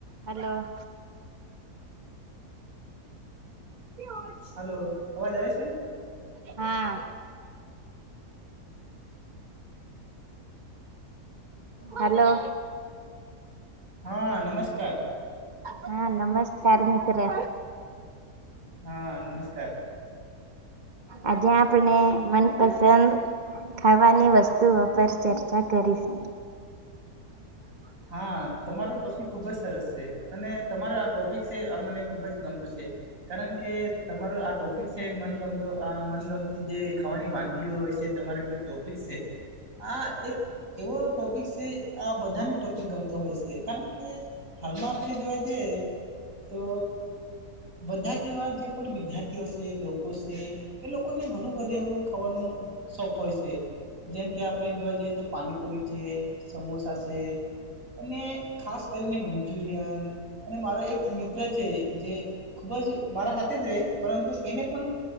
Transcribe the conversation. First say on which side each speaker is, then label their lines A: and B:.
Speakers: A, on the right; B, on the right.
A: બ. <unintelligible> Hello. <inaudible>
B: Hello અવાજ આવે છે.
A: હા. હલો.
B: હા નમસ્કાર.
A: હા નમસ્કાર મિત્રે.
B: હા નમસ્કાર.
A: આજે આપણે મનપસંદ ખાવાની વસ્તુઓ પર ચર્ચા કરીશું.
B: હા તમારો ટોપિક ખુબ જ સરસ છે અને તમારો આ ટોપિક છે આ મને ખુબ જ ગમતું છે. કારણ કે તમારો આ ટોપિક છે મનગમતો આ મનગમતી જે ખાવાની વાનગીઓ હોય છે. તમારો જે ટોપિક છે આ એક એવો ટોપિક છે આ બધાને ટોપિક ગમતો હોય છે કારણ કે હાલમાં આપણે જોવા જઈએ તો બધા જ એવા જે પણ વિદ્યાર્થીઓ છે લોકો છે. એ લોકોને ઘણું બધું એવું ખાવાનું શોખ હોય છે. જેમ કે આપણે જોવા જઈએ તો પાણીપુરી સમોસા છે. અને ખાસ કરીને મંચુરિયન અને મારો એક મિત્ર છે જે. ખુબ જ મારા હાથે જ રહે પરંતુ એને પણ